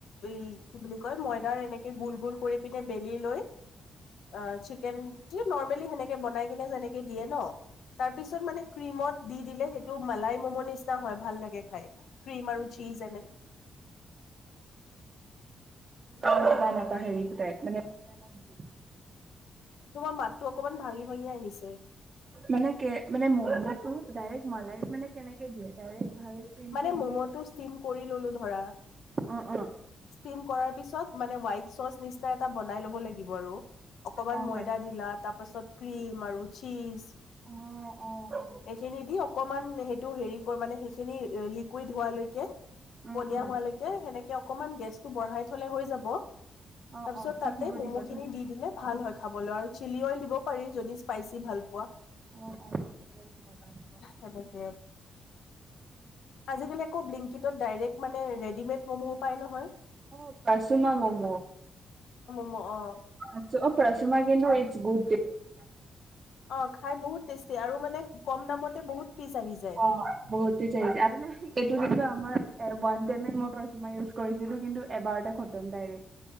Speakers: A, on the left; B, on the right.
A: এই কি বুলি কয় ময়দাৰ এনেকে গোল গোল কৰি পিনে বেলি লৈ আহ চিকেন নৰ্মেলি সেনেকে বনাই কিনে যেনেকে দিয়ে ন তাৰপিছত মানে দি দিলে সেইটো মালাই মম' নিচিনা হয় ভাল লাগে খাই ক্ৰীম আৰু চীজ এনে
B: এনেকুৱা হেৰিটাই মানেত দি
A: তোমাৰ মাতটো অকমান ভাঙি ভাঙি আহিছে
B: মানে কে মানে ম'ম'টো ডাইৰেক্ট মলাইত মানে কেনেকে দিয়ে ডাইৰেক্ট হেৰি ক্ৰীমটো
A: মানে
B: উলিয়াই
A: মম'টো ষ্টিম কৰি ললো ধৰা
B: অ অ
A: টিম কৰা পিছত মানে হোৱাই চচ নিচিনা এটা বনাই লব লাগিব। আৰু অকমান
B: অ
A: ময়দা
B: বাই
A: দিলা তাৰ পাছত। ক্ৰীম আৰুু চিজ।
B: অ অ অ
A: এইখিনি দি। অকমান সেইটো হেৰি কৰ মানে সেইখিনি লিকুইড হোৱাইলেটি
B: উম
A: পনীয়া
B: উম
A: হোৱালৈকে সেনেকে। অকনমান গেছটো বঢ়াই থ'লে হৈ যাব
B: অ
A: তাৰপিছত
B: অ ষ্টিম
A: তাতে
B: হ'ব
A: মম
B: দিব
A: খিন
B: ন
A: দি দ ভাল হয় খাবলৈ আৰু চিলি অইল দিব পাৰি যদি স্পাইচি ভাল পোৱা
B: অ অ মজা হ'ব
A: তেনেকে আজিকালি বিলিংকিড্ মানে ৰেডিমেড ম'মো পাই নহয়
B: অ পচুমা মম
A: ম অ
B: আছ অ প্ৰ চুমাগেন গু অ বহুতি চাইছে
A: অ', খাই বহুত টেষ্টি আৰু মানে কম দামতে বহুত পিচ আহি যায়।
B: আৰু ন এইটো কিন্তু তোমাৰ ওৱান পেমেণ্ট প্ৰথম বাৰ ইচ কৰিছিলো কিন্তু এবাৰতে আত্ম দাইৰেক